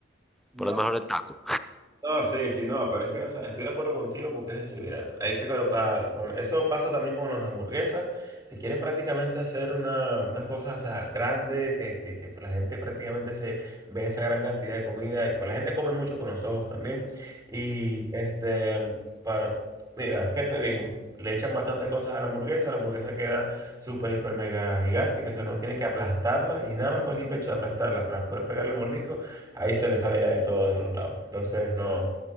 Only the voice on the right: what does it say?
No.
No, sí, sí, no, pero es que, o sea, estoy de acuerdo contigo porque es decir, mira, hay que colocar, con, eso pasa también con las hamburguesas, que quieren prácticamente hacer una, unas cosas, o sea, grandes, que, que, que la gente prácticamente se ve esa gran cantidad de comida, y pues la gente come mucho con los ojos también, y este, para, mira, ¿qué te digo? Le echan bastantes cosas a la hamburguesa, la hamburguesa queda súper, hiper, mega gigante, que o sea, no tiene que aplastarla, y nada más con el simple hecho de aplastarla para poder pegarle el mordisco, ahí se le sale ya de todos de los lados. Entonces no,